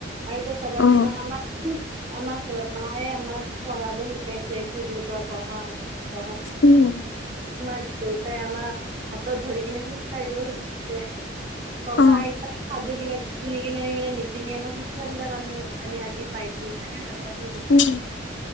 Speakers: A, on the right; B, on the left.
A: আৰু এতিয়া চাবা
B: অ',
A: তোমাক আমাক খুজ আমাক চাবা মায়ে আমাক পঢ়াব শিকাইছে সৰুৰ পৰা পঢ়া
B: উম,
A: তোমাৰ দেউতাই আমাৰ হাতত ধৰি কিনে খোজ কাঢ়িব শিকাইছে। ককা
B: অ'।
A: আইতা সাধু বিলাক শুনি কিনে আমি মানে নীতি নিয়মৰ শিক্ষা বিলাক আমি আমি আজি পাইছো হয়নে নহয় কোৱা চোন তুমি।
B: উম,